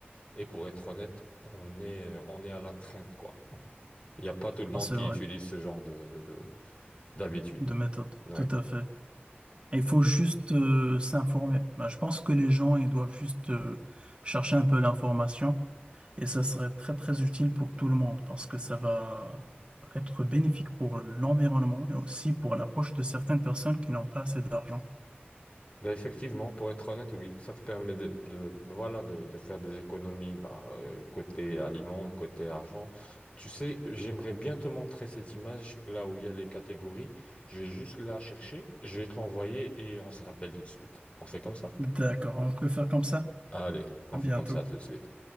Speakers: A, on the left; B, on the right.
A: Et pour être honnête, on est, on est à la traîne, quoi. Il n'y a pas tout le monde
B: non, c'est
A: qui
B: vrai.
A: utilise ce genre de, de- d'habitude.
B: De méthode.
A: Ouais.
B: Tout à fait. Il faut juste euh, s'informer. Ben, je pense que les gens, ils doivent juste euh, chercher un peu l'information et ça serait très très utile pour tout le monde parce que ça va être bénéfique pour l'environnement et aussi pour la poche de certaines personnes qui n'ont pas assez d'argent.
A: Ben effectivement, pour être honnête, oui, ça te permet de, de- voilà, de, de faire des économies bah, euh, côté aliments, côté argent. Tu sais, j'aimerais bien te montrer cette image là où il y a les catégories. Je vais juste la chercher, je vais te l'envoyer et on se rappelle tout de suite. On fait comme ça?
B: D'accord, on peut faire comme ça.
A: Allez, on
B: À bientôt.
A: fait comme ça tout de suite.